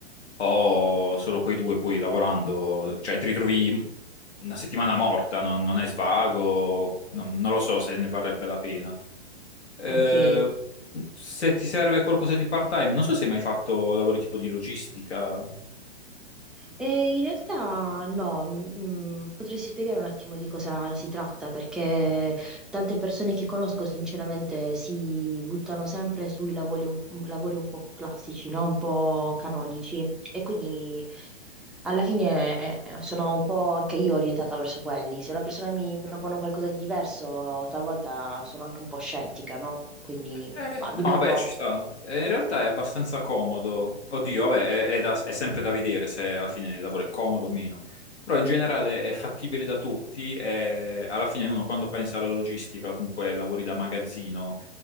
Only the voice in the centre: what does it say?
ok.
E in realtà no, mm, potresti spiegare un attimo di cosa si tratta, perché tante persone che conosco sinceramente si buttano sempre sui lavori un, lavori un po' classici, no? Un po' canonici e quindi alla fine eh, sono un po' anche io orientata verso quelli. Se una persona mi propone qualcosa di diverso, talvolta sono anche un po' scettica, no? Quindi
ah, dimmi
un po'.